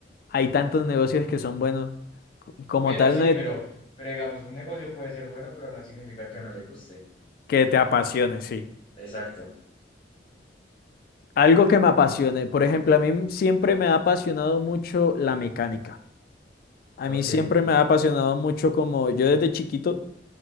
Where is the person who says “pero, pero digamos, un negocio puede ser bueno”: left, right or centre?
Left